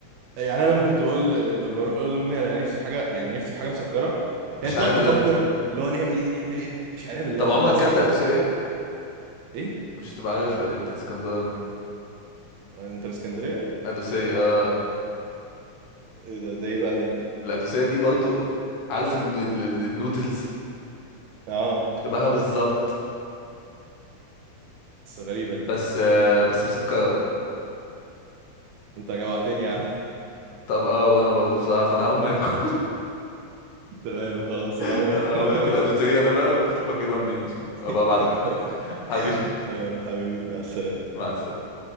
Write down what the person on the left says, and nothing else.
شعير
باللبن
طب عمرك
اكلت
قدوسيه
مش هتبقى عارفها دي انت اسكندراني دي
قدوسيه اه
القدوسية دي برضو عارف ان ال- ال- النودلز
شبهها بالظبط
بس آه، بس مسكرة بقى
طب اه وانا برضو بصراحة فانا هقوم اكل
<laughs>
انا هقوم اكل
قدوسية انا بقى وانت شوف هتجيبها منين عشان ابقى
ابعت لك
ولا حاجة <laughs> حبيبي
مع السلامة